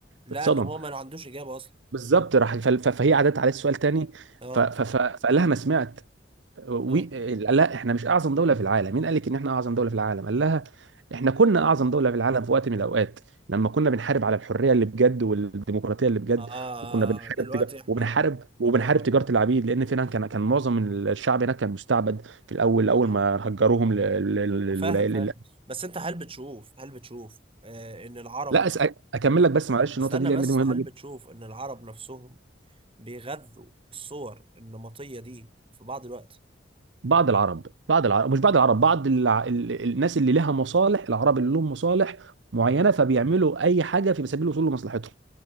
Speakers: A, on the right; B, on the right.
A: لانه
B: اتصدم
A: هو ما عندوش اجابه اصلا
B: بالظبط راح ف- ف- فهي عادت عليه السؤال تاني
A: اه
B: ف- ف- ف- فقال لها ما سمعت وي...
A: اه
B: لا احنا مش اعظم دوله في العالم مين قال لك ان احنا اعظم دوله في العالم قال لها احنا كنا اعظم دوله في العالم في وقت من الاوقات لما كنا بنحارب على الحريه اللي بجد والديمقراطيه اللي بجد
A: اه,
B: وكنا بنحارب
A: آه. دلوقتي
B: تجار...
A: احنا
B: وبنحارب
A: اه
B: وبنحارب
A: اه
B: تجاره العبيد لان فعلا كان كان معظم الشعب هناك كان مستعبد في الاول اول
A: آه.
B: ما هجروهم ل- ل- للولايات
A: فاهم فاهم بس انت هل بتشوف هل بتشوف آه ان العرب
B: لا أس... اكمل لك بس معلش
A: استنى
B: النقطه دي لان
A: بس
B: دي مهمه
A: هل بتشوف ان العرب نفسهم بيغذوا الصور النمطيه دي في بعض الوقت
B: بعض العرب بعض العرب مش بعض العرب بعض الع... ال... ال- الناس اللي لها مصالح العرب اللي لهم مصالح معينه فبيعملوا اي حاجه في سبيل الوصول لمصلحتهم